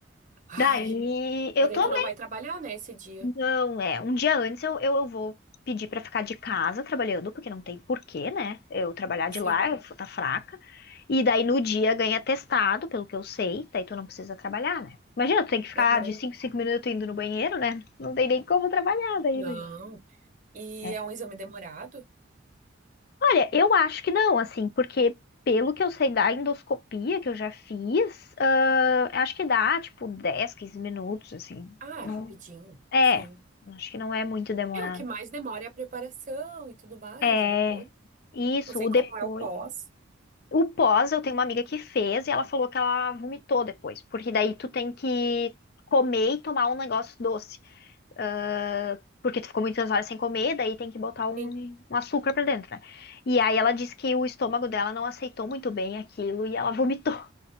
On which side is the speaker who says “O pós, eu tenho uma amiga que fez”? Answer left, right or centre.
Left